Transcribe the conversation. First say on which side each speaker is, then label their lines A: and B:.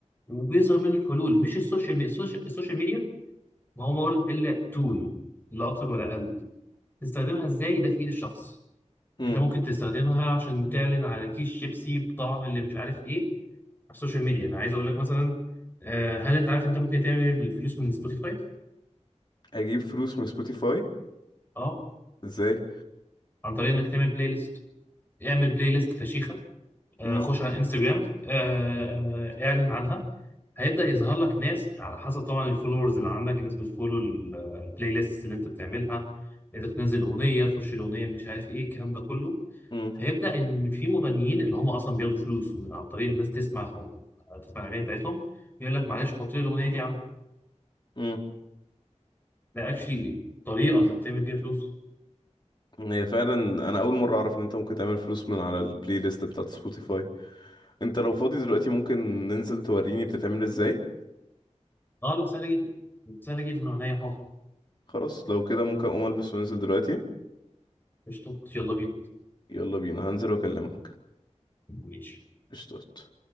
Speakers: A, on the left; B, on the left.
A: وبيظهر منه الحلول مش السوشيال ميديا السوشيال, السوشيال ميديا ما هو مجرد إلا تول لا أكتر ولا أقل تستخدمها إزاي ده في إيد الشخص
B: مم.
A: أنت ممكن تستخدمها عشان تعلن على كيس شيبسي بطعم اللي مش عارف إيه السوشيال ميديا انا عايز اقول لك مثلا آه، هل انت عارف انت ممكن تعمل الفلوس من سبوتيفاي
B: أجيب فلوس من سبوتيفاي
A: اه
B: إزاي؟
A: عن طريق انك تعمل بلاي ليست اعمل بلاي ليست فشيخه آه،
B: مم.
A: خش على انستجرام آه، آه، اعلن عنها هيبدا يظهر لك ناس على حسب طبعا الفولورز اللي عندك الناس بتفولو ال- البلاي ليست اللي انت بتعملها انت بتنزل اغنيه خش الاغنيه مش عارف ايه الكلام ده كله
B: مم.
A: هيبدا ان في مغنيين اللي هم اصلا بياخدوا فلوس من عن طريق الناس تسمعهم آه، تسمع الاغاني بتاعتهم يقول لك معلش حط لي الاغنيه دي
B: مم.
A: لا اكشلي طريقه انك تعمل بيها فلوس
B: هي فعلا أنا أول مرة أعرف إن أنت ممكن تعمل فلوس من على البلاي ليست بتاعت سبوتيفاي أنت لو فاضي دلوقتي ممكن ننزل توريني بتتعمل إزاي؟
A: اه لا سهله جدا سهله جدا وعينيا حاضر
B: خلاص لو كده ممكن أقوم ألبس وأنزل دلوقتي
A: قشطه يلا بينا
B: يلا بينا هنزل وأكلمك
A: ماشي
B: قشطات